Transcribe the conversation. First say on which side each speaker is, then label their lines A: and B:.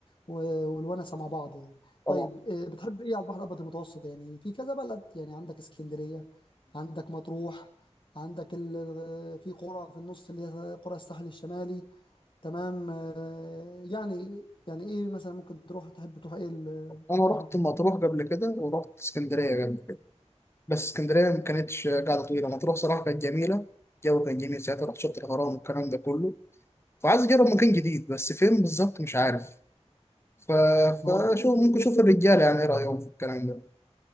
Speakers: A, on the left; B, on the left.
A: و... والونسه مع بعض يعني
B: طبعا
A: طيب إيه، بتحب ايه على البحر الابيض المتوسط يعني في كذا بلد يعني عندك اسكندريه عندك مطروح عندك ال... في قرى في النص اللي هي قرى الساحل الشمالي تمام آه، يعني يعني ايه مثلا ممكن تروح تحب تروح ايه البحر
B: أنا رحت
A: الأبيض؟
B: مطروح قبل كده ورحت اسكندرية قبل كده بس اسكندرية ما كانتش قاعدة طويلة مطروح صراحة كانت جميلة الجو كان جميل ساعتها رحت شط الغرام والكلام ده كله فعايز أجرب مكان جديد بس فين بالظبط مش عارف ف...
A: هو
B: فشو
A: البحر الابيض
B: ممكن
A: المتوسط
B: أشوف الرجالة يعني إيه رأيهم في الكلام ده